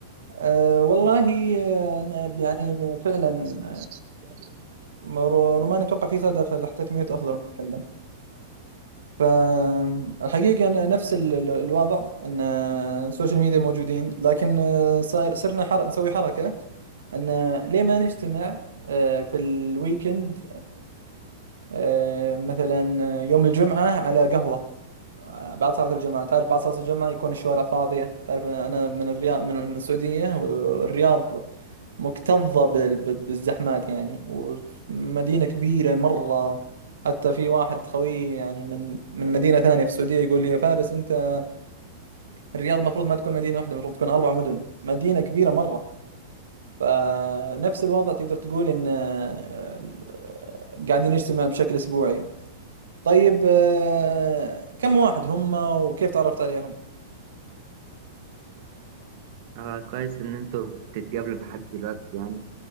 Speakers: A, on the right (about 75°); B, on the right (about 50°).
A: أه والله آه، أنا يعني فعلا
B: <laughs>
A: آه، رو- روماني اتوقع في صدى فاذا حطيت ميوت افضل ما اتكلم فالحقيقة أنا نفس ال- ال- الوضع ان آه، السوشيال ميديا موجودين لكن آه، صاير صرنا حر... نسوي حركة ان آه، ليه ما نجتمع آه، في الويكند آه، مثلا آه، يوم الجمعة على قهوة آه، بعد صلاة الجمعة تعرف بعد صلاة الجمعة يكون الشوارع فاضية تعرف أنا أنا من الرياض من السعودية والرياض مكتظة بال- ب- بالزحمات يعني ومدينة كبيرة مرة حتى في واحد خوي يعني من من مدينة ثانية في السعودية يقول لي يا فارس أنت الرياض المفروض ما تكون مدينة واحدة المفروض تكون أربع مدن مدينة كبيرة مرة فنفس الوضع تقدر تقول إن آه، قاعدين نجتمع بشكل أسبوعي طيب آه، كم واحد هم وكيف تعرفت عليهم؟
B: اه كويس ان انتوا بتتقابلوا لحد دلوقتي يعني